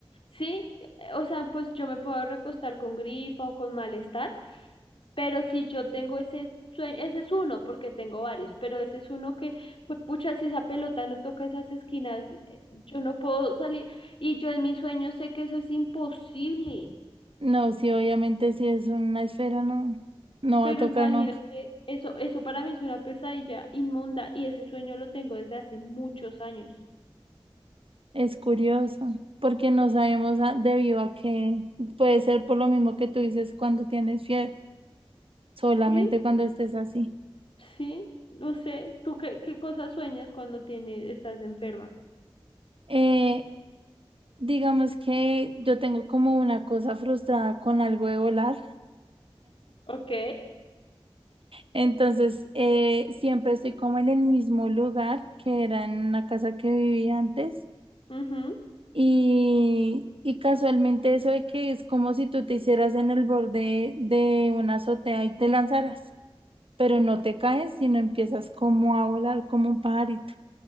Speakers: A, on the left; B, on the right.
A: Sí, eh, o sea, pues yo me puedo recostar con gripa o con malestar, pero si yo tengo ese sueño, ese es uno, porque tengo varios, pero ese es uno que, pues pucha, si esa pelota no toca esas esquinas, eh, yo no puedo salir. Y yo en mi sueño sé que eso es imposible,
B: No, sí, obviamente si es una esfera no, no
A: pero
B: va a tocar
A: imagínate,
B: nunca.
A: eso, eso para mí es una pesadilla inmunda y ese sueño lo tengo desde hace muchos años.
B: Es curioso, porque no sabemos a- debido a que puede ser por lo mismo que tú dices cuando tienes fiebre, solamente
A: Sí,
B: cuando estés así.
A: sí, no sé, ¿tú qué, qué cosas sueñas cuando tienes, estás enferma?
B: Eh, digamos que yo tengo como una cosa frustrada con algo de volar,
A: Ok.
B: entonces eh, siempre estoy como en el mismo lugar que era en una casa que vivía antes.
A: ujú.
B: Y, y casualmente eso de que es como si tú te hicieras en el borde de una azotea y te lanzaras, pero no te caes, sino empiezas como a volar como un pajarito,